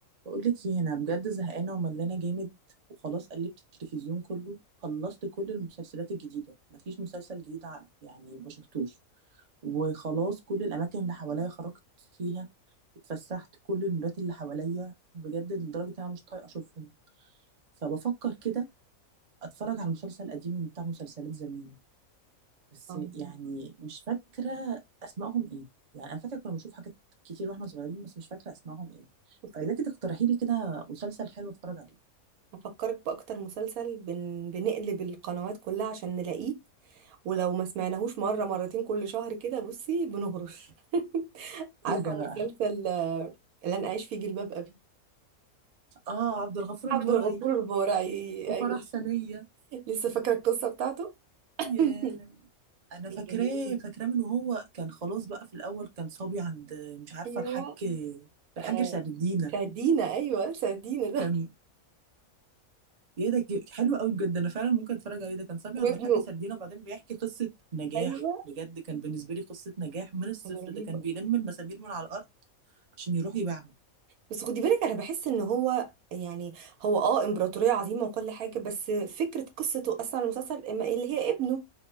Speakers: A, on the right; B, on the right.
A: بقولك ايه انا بجد زهقانه وملانه جامد وخلاص قلبت التلفزيون كله خلصت كل المسلسلات الجديده مفيش مسلسل جديد ع- يعني ما شفتوش وخلاص كل الاماكن اللي حواليا خرجت فيها اتفسحت كل المولات اللي حواليا بجد لدرجه ان انا مش طايقه اشوفهم فبفكر كده اتفرج على مسلسل قديم من بتاع مسلسلات زمان بس
B: اه
A: يعني مش فاكرة أسمائهم إيه يعني أنا فاكرة كنا بنشوف حاجات كتير وإحنا صغيرين بس مش فاكرة أسمائهم إيه
B: بصي
A: فإذا كنت تقترحي لي كده مسلسل حلو أتفرج عليه
B: هفكرك بأكتر مسلسل بن... بنقلب القنوات كلها عشان نلاقيه ولو ما سمعناهوش مرة مرتين كل شهر كده بصي بنهرش <laughs> عارفة
A: إيه ده بقى؟
B: مسلسل آه، اللي أنا أعيش فيه جلباب أبي
A: آه عبد الغفور البرعي
B: عبد الغفور البرعي
A: وفرح
B: أيوه
A: سنية
B: لسه فاكرة القصة بتاعته <laughs>
A: ياه أنا
B: كان
A: فاكراه
B: جميل.
A: فاكراه من وهو كان خلاص بقى في الأول كان صبي عند مش عارفة
B: أيوه
A: الحاج الحاج
B: آه،
A: سردينة
B: سردينة أيوه سردينة ده
A: كان ايه ده كي- حلو قوي بجد انا فعلا ممكن اتفرج عليه ده كان صبي
B: <laughs> وابنه
A: عند الحاج سردينة وبعدين بيحكي قصة نجاح
B: أيوه
A: بجد كان بالنسبة لي قصة نجاح من الصفر
B: كان رهيب
A: ده كان بيلم المسامير من على الارض عشان يروح يبيعها
B: بس خدي بالك انا بحس ان هو يعني هو اه امبراطورية عظيمة وكل حاجة بس فكرة قصته اصلا المسلسل إما اللي هي ابنه